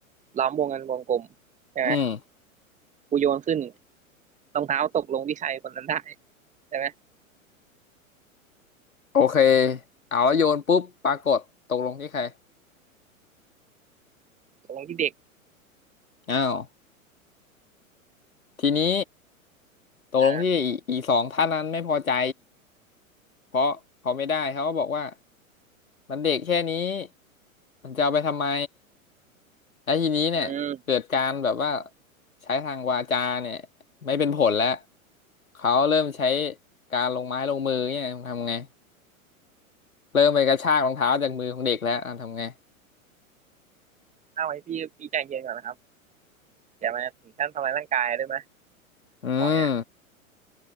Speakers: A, on the right (about 15°); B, on the left (about 75°).
A: ล้อมวงกันวงกลมใช่ไหม
B: อืม
A: กูโยนขึ้นรองเท้าตกลงที่ใครคนนั้นได้ใช่ไหม
B: โอเคเอาแล้วโยนปุ๊บปรากฏตกลงที่ใคร
A: ตกลงที่เด็ก
B: อ้าวทีนี้ตกลงที่อีอีสองท่านนั้นไม่พอใจ
A: อ่า
B: เพราะเขาไม่ได้เขาก็บอกว่ามันเด็กแค่นี้มันจะเอาไปทำไมแล้วทีนี้เนี่ยเกิดการแบบว่า
A: อืม
B: ใช้ทางวาจาเนี่ยไม่เป็นผลแล้วเขาเริ่มใช้การลงไม้ลงมือเนี่ยทำไงเริ่มไปกระชากรองเท้าจากมือของเด็กแล้วอ่ะทำไง
A: เอาไว้พี่พี่ใจเย็นก่อนนะครับอย่ามาถึงขั้นทำร้ายร่างกายได้ไหม
B: อืม
A: บอกเนี้ย